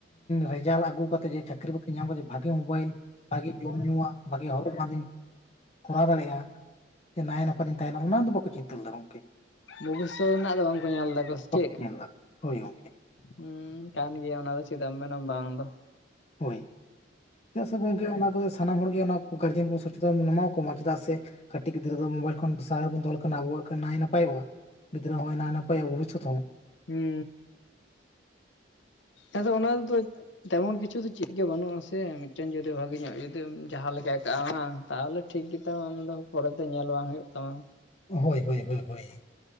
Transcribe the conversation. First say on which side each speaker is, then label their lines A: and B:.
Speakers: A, on the left; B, on the left.
A: ᱨᱮᱡᱟᱞ ᱟᱹᱜᱩ ᱠᱟᱛᱮᱼᱼ ᱮ ᱪᱟᱹᱠᱨᱤ ᱵᱟᱹᱠᱨᱤ ᱧᱟᱢ ᱠᱟᱫᱟ ᱵᱷᱟᱜᱤ ᱢᱳᱵᱟᱭᱤᱞ ᱵᱷᱟᱜᱮ ᱡᱚᱢᱧᱣᱟᱜ ᱵᱷᱟᱜᱮ ᱦᱚᱨᱚ ᱵᱟᱫᱮᱧᱼᱼ ᱠᱚᱨᱟᱣ ᱫᱟᱲᱮᱭᱟᱜᱼᱟ᱾ ᱡᱮ ᱱᱟᱭ ᱱᱟᱯᱟᱭ ᱛᱤᱧ ᱛᱟᱦᱮᱱᱟ ᱚᱱᱟ ᱫᱚ ᱵᱟᱠᱚ ᱪᱤᱱᱛᱟᱹ ᱞᱮᱫᱟ ᱜᱚᱝᱠᱮ᱾
B: ᱵᱷᱚᱵᱤᱥᱥᱚᱛ ᱨᱮᱱᱟᱜ ᱫᱚ ᱵᱟᱝᱠᱚ ᱧᱮᱞ ᱫᱫᱟ ᱠᱚ ᱥᱮ
A: ᱵᱟᱠᱚ
B: ᱪᱮᱫ?
A: ᱧᱮᱞ ᱫᱟ ᱦᱳᱭ ᱜᱚᱝᱠᱮ
B: ᱦᱩᱸ ᱠᱟᱱ ᱜᱮᱭᱟ ᱚᱱᱟ ᱫᱚ ᱪᱮᱫᱟᱜ ᱢᱮᱱᱟ ᱵᱟᱝ ᱫᱚ᱾
A: ᱦᱳᱭ᱾ ᱪᱮᱫᱟᱜ ᱥᱮ ᱜᱚᱝᱠᱮ ᱚᱱᱟ ᱠᱚᱫᱚ ᱥᱟᱱᱟᱢ ᱦᱚᱲᱜ ᱜᱮ ᱚᱱᱟ ᱜᱟᱨᱡᱮᱱ ᱠᱚ ᱥᱚᱪᱮᱛᱚᱱ ᱵᱚᱱ ᱮᱢᱟ ᱠᱚᱢᱟ ᱪᱮᱫᱟᱜ ᱥᱮᱼᱼ ᱠᱟᱹᱴᱤᱡ ᱜᱤᱫᱽᱨᱟᱹ ᱫᱚ ᱢᱳᱵᱟᱭᱤᱞ ᱠᱷᱚᱱ ᱥᱟᱦᱟ ᱨᱮ ᱵᱚᱱ ᱫᱚᱦᱚ ᱞᱮᱠᱷᱟᱱ ᱟᱵᱚᱣᱟᱜ ᱜᱮ ᱱᱟᱭ ᱱᱟᱯᱟᱭᱚᱜᱼᱟ᱾ ᱜᱤᱫᱽᱨᱟᱹ ᱦᱚᱸ ᱦᱩᱭ ᱱᱟ ᱱᱟᱯᱟᱭ ᱵᱷᱚᱵᱤᱥᱥᱚᱛ ᱦᱚᱸᱼᱼ
B: ᱦᱩᱸ ᱟᱫᱚ ᱚᱱᱟᱫᱚᱼᱼ ᱛᱮᱢᱚᱱ ᱠᱤᱪᱷᱩ ᱫᱚ ᱪᱮᱫ ᱜᱮ ᱵᱟᱹᱱᱩᱜ ᱟᱥᱮ ᱢᱤᱫᱴᱮᱱ ᱡᱩᱫᱤ ᱵᱷᱟᱜᱤ ᱧᱚᱜ ᱡᱩᱫᱤᱢ ᱡᱟᱦᱟᱸ ᱞᱮᱠᱟᱭ ᱠᱟᱜᱼᱟ ᱵᱟᱝ ᱛᱟᱦᱚᱞᱮ ᱴᱷᱤᱠ ᱜᱮ᱾ ᱛᱟᱣ ᱟᱢᱫᱚ ᱠᱷᱨᱚᱪ ᱫᱚ ᱧᱮᱞ ᱵᱟᱝ ᱦᱩᱭᱩᱜ ᱛᱟᱢᱟ᱾
A: ᱦᱳᱭ ᱦᱳᱭ ᱦᱳᱭ ᱦᱳᱭ᱾